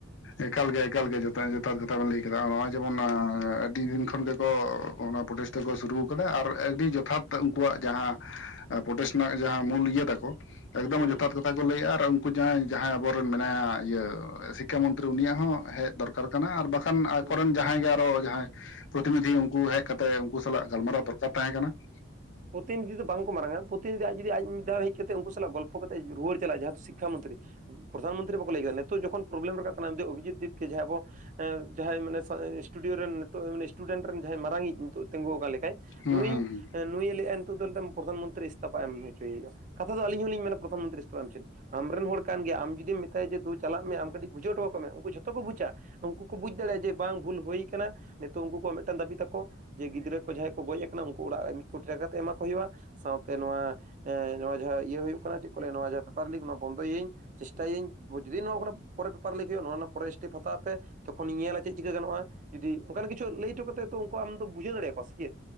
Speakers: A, on the left; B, on the right.
A: ᱮᱠᱟᱞ ᱜᱮ ᱮᱠᱟᱞ ᱜᱮ ᱡᱚᱛᱚ
B: ᱦᱩᱸ
A: ᱡᱚᱛᱷᱟᱛ ᱠᱟᱛᱷᱟ ᱵᱮᱱ ᱞᱟᱹᱭ ᱠᱮᱫᱟ ᱱᱚᱜᱼᱚᱭ ᱡᱮᱢᱚᱱ ᱟᱹᱰᱤ ᱫᱤᱱ ᱠᱷᱚᱱ ᱜᱮᱠᱚ ᱚᱱᱟ ᱯᱨᱚᱴᱮᱥᱴ ᱫᱚ ᱠᱚ ᱥᱩᱨᱩᱼᱼ ᱟᱨ ᱟᱹᱰᱤ ᱡᱚᱛᱷᱟᱛ ᱩᱱᱠᱩᱣᱟᱜ ᱡᱟᱦᱟᱸ ᱯᱨᱚᱴᱮᱥᱴ ᱨᱮᱱᱟᱜ ᱡᱟᱦᱟᱸ ᱢᱩᱞ ᱤᱭᱟᱹ ᱛᱟᱠᱚᱼᱼ ᱮᱠᱫᱚᱢ
B: ᱦᱩᱸ
A: ᱡᱚᱛᱷᱟᱛ ᱠᱟᱛᱷᱟ ᱠᱚ ᱞᱟᱹᱭᱮᱫ-ᱟ ᱟᱨ ᱩᱱᱠᱩ ᱡᱟᱦᱟᱸᱭ ᱡᱟᱦᱟᱸᱭ ᱟᱵᱚᱨᱮᱱ ᱢᱮᱱᱟᱭᱟ ᱤᱭᱟᱹ ᱥᱤᱼᱼ ᱤᱠᱠᱷᱟ ᱢᱚᱱᱛᱨᱤ ᱩᱱᱤᱭᱟᱜ ᱦᱚᱸ ᱦᱮᱡ ᱫᱚᱨᱠᱟᱨ ᱠᱟᱱᱟ ᱟᱨ ᱵᱟᱠᱷᱟᱱ ᱟᱠᱚ
B: ᱦᱩᱸ
A: ᱨᱮᱱ ᱡᱟᱦᱟᱸᱭ ᱜᱮ ᱟᱨᱚ ᱡᱟᱦᱟᱸᱭ ᱼᱼ ᱯᱨᱚᱛᱤᱱᱤᱫᱷᱤ
B: ᱦᱩᱸ
A: ᱩᱱᱠᱩ ᱦᱮᱡ ᱠᱟᱛᱮ ᱩᱱᱠᱩ ᱥᱟᱞᱟᱜ ᱜᱟᱞᱢᱟᱨᱟᱣ ᱫᱚᱨᱠᱟᱨ ᱛᱟᱦᱮᱸ ᱠᱟᱱᱟ ᱾
B: ᱯᱨᱚᱛᱤᱱᱤᱫᱷᱷᱤ ᱫᱚ ᱵᱟᱝᱠᱚ ᱢᱟᱨᱟᱝᱟ ᱯᱨᱚᱛᱤᱱᱤᱫᱷᱤ ᱟᱡ ᱡᱩᱫᱤ ᱟᱡ ᱢᱤᱫ ᱫᱷᱟᱣ ᱦᱮᱡ ᱠᱟᱛᱮ ᱩᱱᱠᱩ ᱥᱟᱞᱟᱜ ᱜᱚᱞᱯᱷᱚ ᱠᱟᱛᱮ ᱨᱩᱣᱟᱹᱲ ᱪᱟᱞᱟᱜ-ᱟ ᱼᱼ ᱥᱤᱠᱠᱷᱟ ᱢᱚᱱᱛᱨᱤ ᱯᱨᱚᱫᱷᱟᱱ ᱢᱚᱱᱛᱨᱤ ᱵᱟᱠᱚ ᱞᱟᱹᱭ ᱠᱮᱫᱟ ᱱᱤᱛᱚᱜ ᱡᱚᱠᱷᱚᱱ ᱯᱨᱚᱵᱞᱮᱢ ᱨᱟᱠᱟᱵ ᱠᱟᱱᱟ ᱚᱵᱷᱤᱡᱤᱛ ᱫᱤᱯᱠᱮ ᱡᱟᱦᱟᱸᱭ ᱟᱵᱚ ᱼᱼ ᱦᱮᱸ ᱡᱟᱦᱟᱸᱭ ᱢᱟᱱᱮ ᱤᱥᱴᱩᱰᱤᱭᱳ ᱨᱮᱱ ᱱᱤᱛᱚᱜ ᱤᱥᱴᱩᱰᱮᱱᱴ ᱨᱮᱱ ᱡᱟᱦᱟᱸᱭ ᱢᱟᱨᱟᱝᱤᱡ ᱱᱤᱛᱚᱜ ᱼᱼ ᱛᱤᱸᱜᱩ ᱟᱠᱟᱱ ᱞᱮᱠᱟᱱ
A: ᱦᱩᱸ
B: ᱱᱩᱭ
A: ᱦᱩᱸ ᱦᱩᱸ
B: ᱱᱩᱭ ᱞᱟᱹᱭ ᱮᱫᱟᱭ ᱱᱤᱛᱚᱜ ᱫᱚ ᱯᱨᱚᱫᱷᱟᱱ ᱢᱚᱱᱛᱨᱤ ᱤᱥᱛᱚᱯᱷᱟ ᱮᱢ ᱦᱚᱪᱚᱭᱮ-ᱟ ᱦᱩᱭᱩᱜᱼᱟ ᱾ ᱠᱟᱛᱷᱟ ᱫᱚ ᱟᱞᱤᱧ ᱦᱚᱸᱞᱤᱧ ᱢᱮᱱᱟ ᱯᱨᱚᱫᱷᱟᱱ ᱢᱚᱱᱛᱨᱤ ᱤᱥᱛᱚᱯᱷᱟ ᱮᱢ ᱦᱚᱪᱚᱱᱤᱡ ᱾ ᱟᱢ ᱨᱮᱱ ᱦᱚᱲ ᱠᱟᱱ ᱜᱮᱭᱟᱭ ᱟᱢ ᱡᱩᱫᱤᱢ ᱢᱮᱛᱟᱭᱟ ᱡᱮ ᱫᱩ ᱪᱟᱞᱟᱜ ᱢᱮ ᱟᱢ ᱠᱟᱹᱴᱤᱡ ᱵᱩᱡᱷᱟᱹᱣ ᱦᱚᱴᱚ ᱠᱟᱠᱚ ᱢᱮ ᱩᱱᱠᱩ ᱡᱷᱚᱛᱚ ᱠᱚ ᱵᱩᱡᱟ ᱾ ᱩᱱᱠᱩ ᱠᱚ ᱵᱩᱡᱽ ᱫᱟᱲᱮᱭᱟᱜ-ᱟ ᱡᱮ ᱵᱟᱝ ᱵᱷᱩᱞ ᱦᱩᱭ ᱠᱟᱱᱟ ᱱᱤᱛᱚᱜ ᱩᱱᱠᱩ ᱠᱚᱣᱟᱜ ᱢᱤᱫᱴᱟᱱ ᱫᱟᱹᱵᱤ ᱛᱟᱠᱚ ᱼᱼ ᱡᱮ ᱜᱤᱫᱽᱨᱟᱹ ᱠᱚ ᱡᱟᱦᱟᱸᱭ ᱠᱚ ᱜᱚᱡ ᱟᱠᱟᱱᱟ ᱩᱱᱠᱩ ᱚᱲᱟᱜ ᱨᱮ ᱢᱤᱫ ᱠᱳᱴᱤ ᱴᱟᱠᱟ ᱠᱟᱛᱮ ᱮᱢᱟᱠᱚ ᱦᱩᱭᱩᱜᱼᱟ ᱥᱟᱶᱛᱮ ᱱᱚᱶᱟ ᱼᱼ ᱱᱚᱣᱟ ᱡᱟᱦᱟᱸ ᱤᱭᱟᱹ ᱦᱩᱭᱩᱜ ᱠᱟᱱᱟ ᱪᱮᱫ ᱠᱚ ᱞᱟᱹᱭᱟ ᱱᱚᱣᱟ ᱯᱮᱯᱟᱨ ᱞᱤᱠ ᱱᱚᱣᱟ ᱵᱚᱱᱫᱚᱭᱟᱹᱧ ᱼᱼ ᱪᱮᱥᱴᱟᱭᱟᱹᱧ ᱡᱩᱫᱤ ᱱᱚᱣᱟ ᱠᱷᱚᱱᱟᱜ ᱯᱚᱨᱮ ᱯᱮᱯᱟᱨ ᱞᱤᱠ ᱦᱩᱭᱩᱜᱼᱟ ᱨᱮᱱᱟᱜ ᱯᱚᱨᱮ ᱥᱴᱮᱯ ᱦᱟᱛᱟᱣ ᱯᱮ᱾ ᱛᱚᱠᱷᱚᱱᱤᱧ ᱧᱮᱞᱟ ᱪᱮᱫ ᱪᱤᱠᱟᱹ ᱜᱟᱱᱚᱜᱼᱟ ᱡᱩᱫᱤ ᱚᱱᱠᱟ ᱠᱤᱪᱷᱩ ᱞᱟᱹᱭ ᱦᱚᱴᱚ ᱠᱟᱛᱮᱫ ᱦᱚᱸ ᱛᱚ ᱩᱱᱠᱩ ᱟᱢ ᱼᱼ ᱵᱩᱡᱷᱟᱹᱣ ᱫᱟᱲᱮ ᱟᱠᱚᱣᱟ ᱥᱮ ᱪᱮᱫ